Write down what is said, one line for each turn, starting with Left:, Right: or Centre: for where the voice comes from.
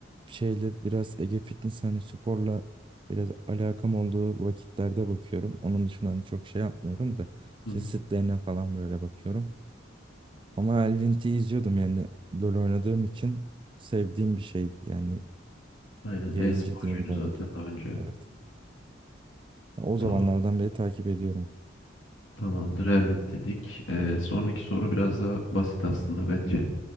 Right: şeyle biraz Ege Fitness hani sporla biraz alakam olduğu vakitlerde bakıyorum. Onun dışında hani çok şey yapmıyorum da
Left: Hı
Right: kesitlerine
Left: hı.
Right: falan böyle bakıyorum. Ama Elvin T'i izliyordum yani LoL oynadığım için sevdiğim bir şey yani
Left: Aynen
Right: yayıncı
Left: e-sporcuydu
Right: diyeyim daha
Left: zaten
Right: doğrusu.
Left: daha önce.
Right: Evet. Ya O zamanlardan
Left: Tamam,
Right: beri takip ediyorum.
Left: tamamdır Elvin dedik. Ee, sonraki soru biraz daha basit aslında bence.